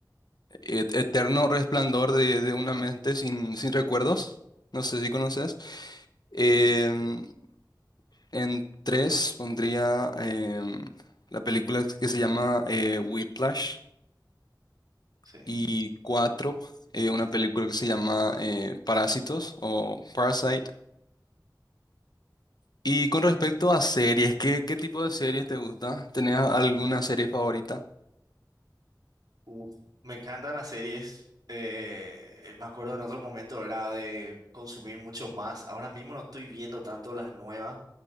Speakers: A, on the left; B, on the right.
A: Et- Eterno Resplandor de, de una mente sin, sin recuerdos, no sé si conoces. Em,
B: Sí,
A: en tres pondría em, la película que se llama eh, Whiplash.
B: sí.
A: Y cuatro, eh, una película que se llama eh, Parásitos o Parasite. Y con respecto a series, ¿qué, qué tipo de series te gusta? ¿Tenés alguna serie favorita?
B: Uf, me encantan las series. Eh, me acuerdo en otro momento era de consumir mucho más. Ahora mismo no estoy viendo tanto las nuevas.